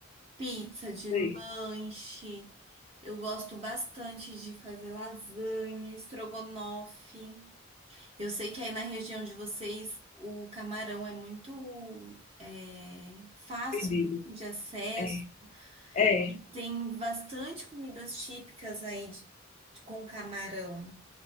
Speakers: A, on the right; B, on the left.
A: pizza, de
B: sei,
A: lanche. Eu gosto bastante de fazer lasanha, estrogonofe. Eu sei que aí na região de vocês o camarão é muito é, fácil,
B: pedido.
A: né, de acesso
B: É. É,
A: e tem bastante comidas típicas aí de- com camarão.